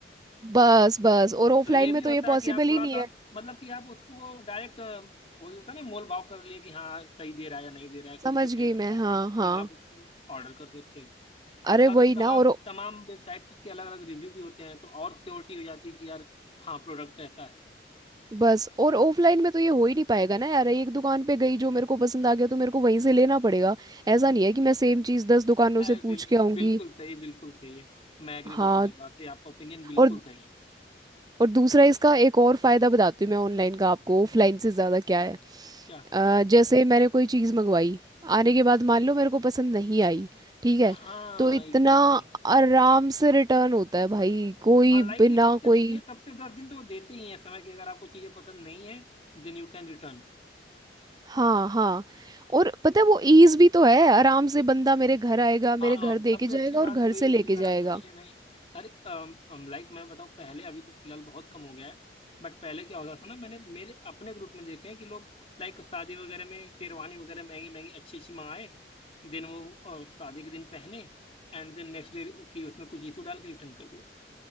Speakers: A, on the right; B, on the left.
A: बस बस और ऑफलाइन
B: तो ये भी
A: में
B: होता
A: तो ये
B: है
A: पॉसिबल
B: कि आप थोड़ा
A: ही नहीं
B: सा
A: है
B: मतलब कि आप उसको डायरेक्ट वही होता है ना मोल भाव कर लिए कि हाँ सही दे रहा है या नहीं दे रहा है किस
A: समझ
B: पे सही
A: गई
B: मिल
A: मैं
B: रहा है
A: हाँ हाँ
B: देन आप उसको ऑर्डर कर सकते हो और
A: अरे
B: हर
A: वही
B: तमाम
A: ना और
B: तमाम वेबसाइट्स उसके अलग अलग रिव्यू भी होते हैं तो और श्योरिटी हो जाती है कि यार हाँ प्रोडक्ट कैसा है
A: बस और ऑफलाइन में तो ये हो ही नहीं पाएगा ना यार एक दुकान पे गई जो मेरे को पसंद आ गया तो मेरे को वहीं से लेना पड़ेगा ऐसा नहीं है कि मैं सेम चीज दस दुकानों
B: है
A: से पूछ
B: बिल्कुल
A: के आऊंगी
B: बिल्कुल सही बिल्कुल सही है मैं एग्री करता
A: हाँ
B: हूँ इस बात से आपका ओपिनियन बिल्कुल
A: और
B: सही है
A: और दूसरा इसका एक और फायदा बताती हूँ मैं ऑनलाइन का आपको ऑफलाइन से ज्यादा क्या है
B: क्या
A: अ, जैसे मैंने कोई चीज मंगवाई आने के बाद मान लो मेरे को पसंद नहीं आई ठीक है
B: हाँ
A: तो इतना
B: एग्जैक्टली
A: आराम से रिटर्न होता है भाई कोई
B: हाँ लाइक
A: बिना
B: एक हफ्ते
A: कोई
B: तो एक हफ्ते दस दिन तो वो देते ही हैं समय कि अगर आपको चीजें पसंद नहीं है देन यू कैन रिटर्न
A: हाँ हाँ और पता है वो ईज भी तो है आराम से बंदा मेरे घर आएगा मेरे
B: हाँ
A: घर दे
B: सबसे
A: के जाएगा
B: अच्छी बात
A: और घर
B: वही
A: से
B: है
A: लेके
B: कि अगर
A: जाएगा
B: आपको चीजें नहीं अरे लाइक मैं बताऊँ पहले अभी तो फिलहाल बहुत कम हो गया है बट पहले क्या होता था ना मैंने मेरे अपने ग्रुप में देखे हैं कि लोग लाइक शादी वगैरह में शेरवानी वगैरह महंगी महंगी अच्छी अच्छी मंगाए देन वो अ, शादी के दिन पहने एंड देन नेक्स्ट डे की उसमें कुछ इशू डाल के रिटर्न कर दिया